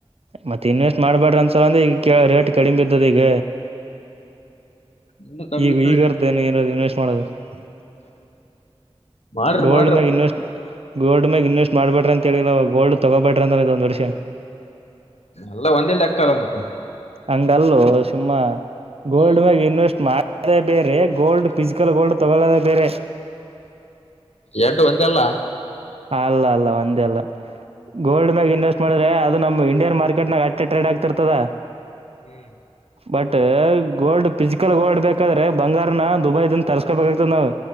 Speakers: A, on the right; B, on the left.
A: ಮತ್ತತ್ ಇನ್ವೆಸ್ಟ್ ಮಾಡ್ಬ್ಯಾಡ್ರ ಅನ್ಸಲ ಅಂದ್ರೆ ಈಗ ರೇಟ್ ಕಡಿಮೆ ಇದ್ದದ ಈಗ
B: ಇನ್ನು ಕಮ್ಮಿ
A: ಈಗ
B: ಇತ್ತಂದ್ರೆ
A: ಈಗರ್್ದ ನ ಏರದು ಇನ್ವೆಸ್ಟ್ ಮಾಡೋದು <unintelligible>
B: ಮಾಡ್ರಿ
A: ಗೋಲ್ಡ್
B: ಮಾಡ್ರಿ
A: ಮೇಲೆ ಇನ್ವೆಸ್ಟ್ ಗೋಲ್ಡ್ ಮ್ಯೆ ಇನ್ವೆಸ್ಟ್ ಮಾಡ್ಬೇಟ್ರಿ ಅಂತೇಳಿಿಲ್ಲ ಗೋಲ್ಡ್ ತೊಗೋಬೇಟ್ರಿ ಅಂದ ಇದ ಒಂದು ವರ್ಷ
B: ಎಲ್ಲ ಒಂದೇಲ್ಲಲೆಕ್ಕಲ್ಲ ಮತ್ತೆ
A: ಅಂಗ ಅಲ್ಲೋ ಸಿಂಹ ಗೋಲ್ಡ್
B: ಹ್ಮ್
A: ಮ್ಯಾಗ ಇನ್ವೆಸ್ಟ್ ಮಾಡದೇ ಬೇರೆ. ಗೋಲ್ಡ್ ಫಿಸಿಕಲ್ ಗೋಲ್ಡ್ ತಗೊಳ್ಳದ ಬೇರೆ.
B: ಎರಡು ಒಂದೇ ಅಲ್ಲ
A: ಅಲ್ಲ ಅಲ್ಲ ಒಂದೇ ಅಲ್ಲ ಗೋಲ್ಡ್ ಮ್ಯಾಗ ಇನ್ವೆಸ್ಟ್ ಮಾಡಿದ್ರೆ ಅದು ನಮ ಇಂಡಿಯನ್ ಮಾರ್ಕೆಟ್. ಇಕಟ ನ್ಯಾಗ ಅಟ್ಟೆ ಟ್ರೆಡ್ ಆಗ್ತಿರ್ತದ.
B: ಹ್ಮ್.
A: ಬಟ್ ಗೋಲ್ಡ್ ಫಿಸಿಕಲ್ ಗೋಲ್ಡ್ ಬೇಕಾದ್ರೆ ಬಂಗಾರನ ದುಬೈದಿಂದ ತರ್ಸ್ಕೋಬೇಕಾಗ್ತದ ನಾವು.